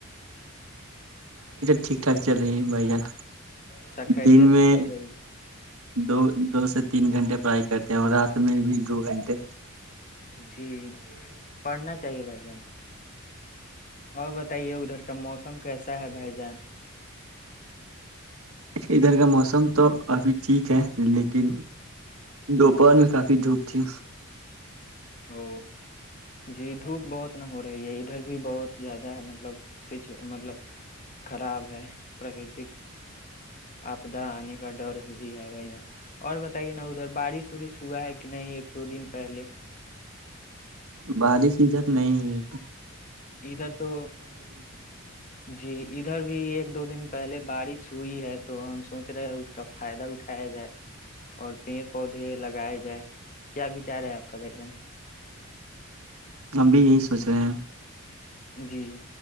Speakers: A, on the right; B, on the left.
A: ٹھیک ٹھاک چل رہی ہے بھائی جان
B: اچھا خیریت
A: دن میں
B: سے چل رہی ہے؟
A: دو ایک گھنٹے بائے کرتے ہیں اور رات میں بھی دو گھنٹے
B: جی بڑھنا چاہیے بھائی جان اور بتائیے ادھر کا موسم کیسا ہے بھائی جان
A: ادھر کا موسم تو ابھی ٹھیک ہے لیکن جو کافی دھوپ تھی
B: تو جی دھوپ بہت نہ ہو رہا ہے یہ ادھر بھی بہت زیادہ ہے مطلب سچ مطلب خراب ہے پورا کرتی عبدہ انے کا ڈر بھی ہے بھائی جان اور بتائیے دربار سوری س ہوا ہے کہ نہیں دو دن پہلے
A: بالی سیزن نہیں ہے
B: ادھر تو جی ادھر بھی ایک دو دن پہلے بارش سوئی ہے تو ہم سوچ رہے ہیں اس کا فائدہ اٹھایا جائے اور پیر پودے لگائے جائیں کیا بیچارہ ہے اپ کا بیٹا
A: ہم بھی یہی سوچ رہے ہیں
B: جی